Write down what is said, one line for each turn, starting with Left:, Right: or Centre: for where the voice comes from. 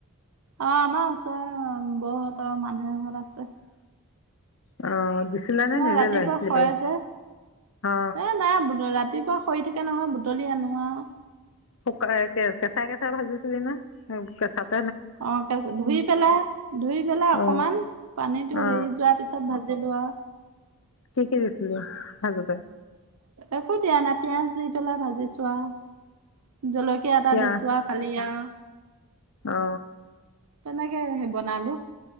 Right: অ আমাৰ ওচৰে বৌহঁতৰ মানুহ এঘৰত আছে ।
Left: অ! দিছিলা নে
Right: মই
Left: নিজে
Right: ৰাতিপুৱা
Left: লৈ আহিছিলি
Right: সৰে
Left: বাৰী
Right: যে,
Left: অ অ
Right: এ নাই ৰাতিপুৱা। সৰি থাকে নহয়, বুটলি আনো আও ।
Left: শুকাই এতিয়া কেঁচাই কেঁচাই ভাজিছিলিনে কেঁচাত
Right: অ তাৰপিছত ধুই পেলাই ধুই পেলাই অকনমান
Left: অ
Right: পানীতো
Left: অ
Right: হেৰি যোৱাৰ পিছত ভাজিবি । ভাজি লোৱা
Left: <unintelligible> ভাজোতে
Right: একো দিয়া নাই, পিয়াঁজ দি পেলাই ভাজিচো আও । জলকীয়া এটা
Left: পিয়াঁজ
Right: দিছো আৰু খালি আৰু।
Left: অ
Right: তেনেকে । এয়াহে বনালো ।